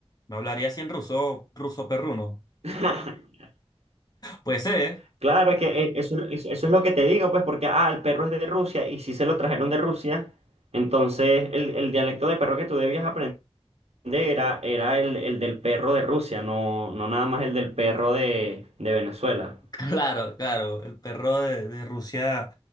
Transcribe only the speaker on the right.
<laughs>
Claro, es que eh, eso, eso- eso es lo que te digo, pues, porque, ah, el perro es de Rusia y si se lo trajeron de Rusia, entonces el, el dialecto de perro que tú debías aprender era, era el, el del perro de Rusia, no, no nada más el del perro de, de Venezuela.